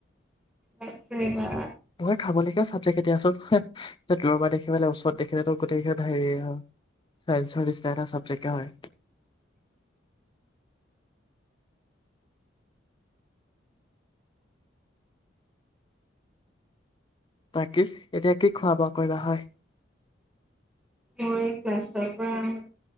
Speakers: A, in the centre; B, on the left.
A: বাবৰে বা।
B: ভয় খাবলগীয়া চাবজেক্টে দিয়াছোন। দূৰ পৰা দেখি পেলে ওচৰত দেখিলেতো গোটেইখিনি হেৰি চাইন্সৰ নিচনা এটা চাবজেক্টে হয়। বাকি এতিয়া কি খোৱা বোৱা কৰিবা হয়।
A: মই ক্লাছৰ পৰা আহোঁ